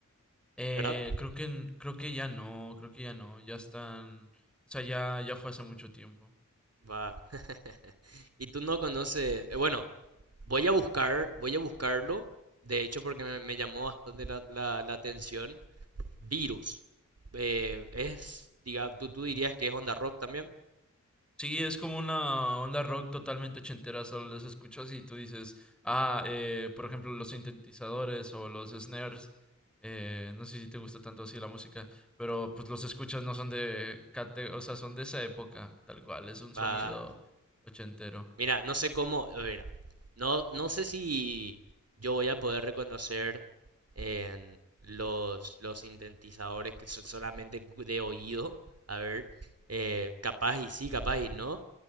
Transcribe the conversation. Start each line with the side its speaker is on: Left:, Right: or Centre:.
Centre: Eh,
Right: ¿verdad?
Centre: creo que, n- creo que ya no, creo que ya no, ya están, o sea, ya, ya fue hace mucho tiempo.
Right: Va. <laughs> Y tú no conoces, eh, bueno, Voy a buscar, voy a buscarlo, de hecho, porque me, me llamó bastante la, la- la atención. Virus. Eh, es, diga, tú, tú dirías que es onda rock también.
Centre: Sí, es como una onda rock totalmente ochentera, solo los escuchas y tú dices, ah, eh, por ejemplo, los sintetizadores o los snares, eh, no sé si te gusta tanto así la música, pero pues los escuchas no son de, cate- o sea, son de esa época, tal cual, es un
Right: Va,
Centre: sonido ochentero.
Right: mira, no sé cómo, a ver, no, no sé si yo voy a poder reconocer en los, los sintetizadores que son solamente de oído. A ver, eh, capaz y sí, capaz y no.